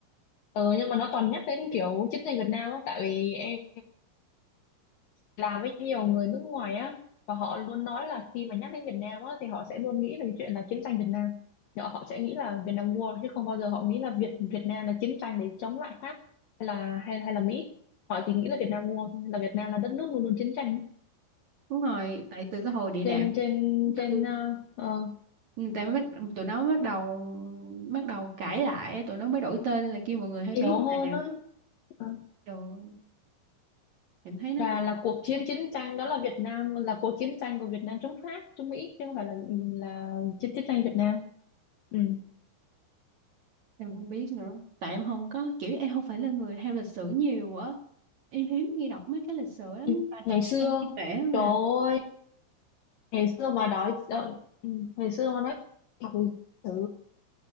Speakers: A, on the left; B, on the right.
A: ờ nhưng mà nó toàn nhắc đến kiểu chiến tranh Việt Nam á tại vì em làm với nhiều người nước ngoài á và họ luôn nói là khi mà nhắc đến Việt Nam á thì họ sẽ luôn nghĩ về cái chuyện là chiến tranh Việt Nam họ họ sẽ nghĩ là Việt Nam War chứ không bao giờ họ nghĩ là Việt Việt Nam là chiến tranh để chống lại Pháp hay là hay hay là Mỹ họ chỉ nghĩ là Việt Nam War thôi là Việt Nam là đất nước luôn luôn chiến tranh
B: đúng rồi tại từ cái hồi địa
A: trên
B: đạm
A: trên
B: tháng tư
A: trên ờ, ờ,
B: người ta mới bắt, tụi nó mới bắt đầu bắt đầu cãi lại tụi nó mới đổi tên là kêu mọi người hay
A: hiểu
B: biết
A: hơn
B: nè
A: á Ờ.
B: trời ơi, em thấy nó
A: Là,
B: cũng
A: là cuộc chiến chiến tranh đó là Việt Nam là cuộc chiến tranh của Việt Nam chống Pháp chống Mỹ chứ không phải là là chiến chiến tranh Việt Nam ừ.
B: em không biết nữa tại em không có kiểu em không phải là người theo lịch sử nhiều á em hiếm khi đọc mấy cái lịch sử lắm
A: Ừ.
B: tại
A: ngày
B: toàn
A: xưa
B: là em thấy trẻ mà
A: trời ơi ngày xưa mà đói đói- ừ, ngày xưa mà nói học lịch sử